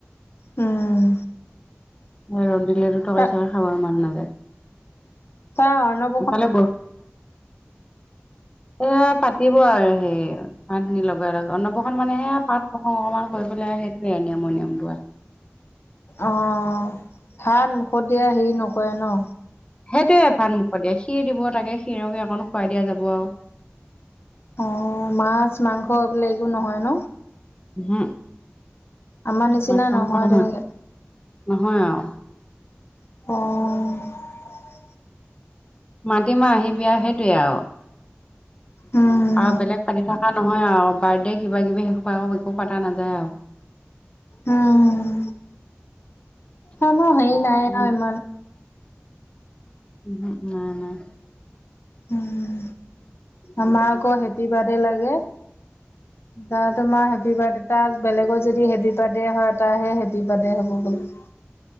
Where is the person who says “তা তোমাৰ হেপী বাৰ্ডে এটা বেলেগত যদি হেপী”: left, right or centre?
Left